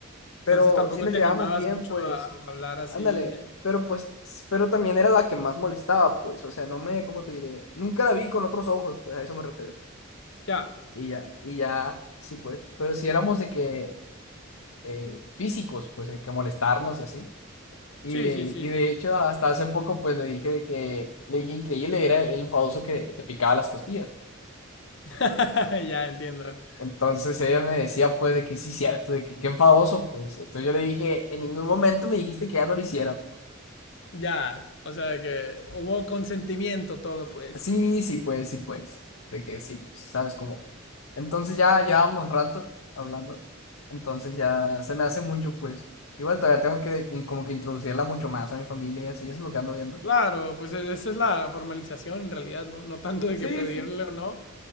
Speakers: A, on the left; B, on the left.
A: Entonces
B: pero
A: tampoco
B: sí nos
A: te
B: llevábamos
A: animabas
B: bien,
A: mucho
B: pues,
A: a hablar así.
B: ándale,
A: eh.
B: pero pues, s- pero también era la que más molestaba, pues, o sea, no me, ¿cómo te diré? Nunca la vi con otros ojos, pues, a eso me refiero.
A: Ya.
B: Y ya, y ya, sí, pues, pero si éramos de que eh, físicos, pues, de que molestarnos y así. Y,
A: Sí,
B: eh,
A: sí, sí,
B: y
A: sí.
B: de hecho, hasta hace poco, pues, le dije de que, le dije increíble, era el enfadoso que te picaba las costillas.
A: <laughs> Ya entiendo.
B: Entonces ella me decía, pues, de que sí, cierto, de que qué enfadoso, pues. Entonces yo le dije, en ningún momento me dijiste que ya no lo hiciera.
A: Ya. O sea, de que hubo consentimiento todo, pues.
B: Sí, sí, pues, sí, pues. De que sí, pues, ¿sabes cómo? Entonces ya llevamos rato hablando. Entonces ya se me hace mucho, pues. Igual todavía tengo que in- como que introducirla mucho más a mi familia y así, eso es lo que ando viendo.
A: Claro, pues e- esa es la formalización en realidad, ¿no? No tanto de
B: Sí,
A: que pedirle
B: sí.
A: o no.